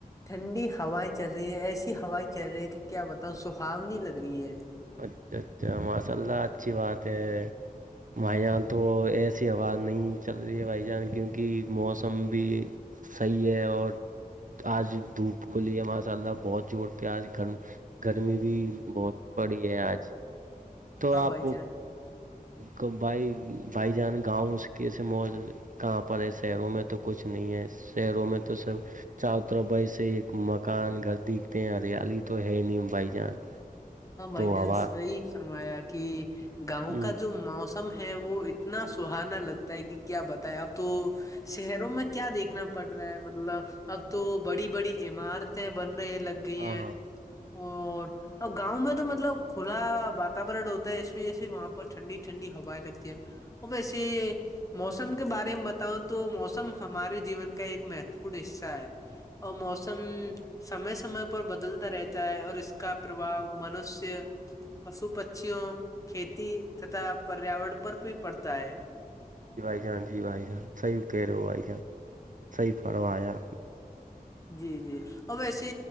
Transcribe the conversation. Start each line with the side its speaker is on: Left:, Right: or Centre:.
Left: ٹھنڈی ہوائیں چل رہی ہیں ایسی ہوائیں چل رہی ہیں کہ کیا بتاؤں سہاونی لگ رہی ہیں
Right: اچھا اچھا ماشاء اللہ اچھی بات ہے مہ تو ایسی ہوا نہیں چل رہی ہے بھائی جان کیونکہ موسم بھی صحیح ہے اور آج دھوپ کو لی ہے ماشاء اللہ بہت جوورتے آج گن گرمی بھی بہت پڑی ہے آج تو
Left: ہاں
Right: آپ
Left: بھائی جان
Right: کو بھائی بھائی جان گاؤں کیسے موج کہاں پر ہے شہروں میں تو کچھ نہیں ہے شہروں میں تو سب چ تربائی سے ایک مکان گھر دیککھتے ہیں ہریالی تو ہے نہیں بھائی جان
Left: ہاں بھائی
Right: تو
Left: جان
Right: ہوا
Left: صی فرمایا کہ گاؤں
Right: ہ
Left: کا جو موس کم ہے وہ اتنا سہانا لگتا ہے کہ کیا بتائے اب تو شہروں میں کیا دیکھنا پڑ رہا ہے مطلب اب تو بڑی بڑی عمارتیں بننے لگ گئی
Right: ہاں
Left: ہیں اور اور گاؤں میں تو مطلب کھلا وااتورن ہوتا ہے اس وجہ سے وہاں پر ٹھنڈی ٹھنڈی ہوائیں لگتی ہے وہ بیسی موسم کے بارے میں بتاؤں تو موسم ہمارے جیون کا ایک مہتوپورن حصہ ہے اور موسم سمے سمے پر بدلتا رہتا ہے اور اس کا پرباؤ منشیہ پشو پھھیوں کھیتی تتا پریاورن پر بھی پڑتا ہے
Right: ج بھائی جان جی بھائی جان صی کہرو بھائی جان سی فروایا
Left: جی جی اور ویسے